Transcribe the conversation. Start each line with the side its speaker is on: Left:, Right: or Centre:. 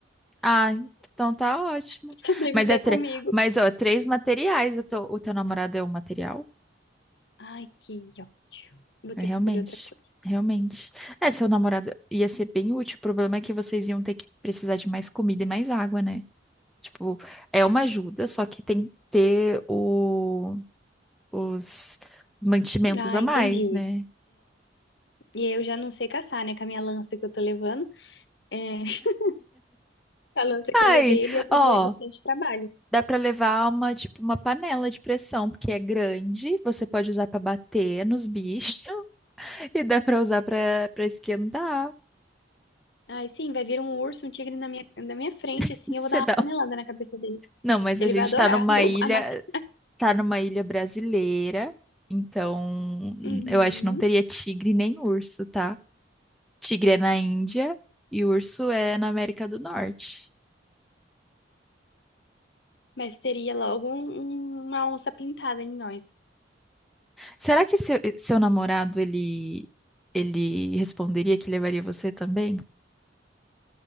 Centre: Ah, então tá ótimo.
Left: pra <laughs> sobreviver
Centre: Mas é tre...
Left: comigo.
Centre: Mas, ó, três materiais. O teu, o teu namorado é um material?
Left: Ai, que ótimo. Vou
Centre: É,
Left: ter
Centre: realmente.
Left: que escolher outra coisa.
Centre: Realmente. É, seu namorado ia ser bem útil. O problema é que vocês iam ter que precisar de mais comida e mais água, né? Tipo, é uma ajuda, só que tem que ter o, os mantimentos
Left: Ah,
Centre: a
Left: entendi.
Centre: mais, né?
Left: E eu já não sei caçar, né? Com a minha lança que eu tô levando. É, <laughs> a lança que eu
Centre: Ai,
Left: levei, ele ia
Centre: ó,
Left: ter ba- bastante trabalho.
Centre: dá pra levar uma, tipo, uma panela de pressão, porque é grande, você pode usar pra bater nos bichos <laughs> e dá pra usar pra para esquentar.
Left: Aí sim, vai vir um urso, um tigre na minha, na minha frente,
Centre: <laughs>
Left: assim,
Centre: Você
Left: eu vou dar uma
Centre: dá...
Left: panelada na cabeça dele.
Centre: Não, mas
Left: Ele
Centre: a gente
Left: vai adorar
Centre: tá <laughs> numa
Left: <laughs> vou
Centre: ilha,
Left: a massagem.
Centre: tá numa ilha brasileira, então hum,
Left: Uhum.
Centre: eu acho que não teria tigre nem urso, tá? Tigre é na Índia e urso é na América do Norte.
Left: Mas teria logo um- um- uma onça pintada em nós.
Centre: Será que seu, seu namorado, ele, ele responderia que levaria você também?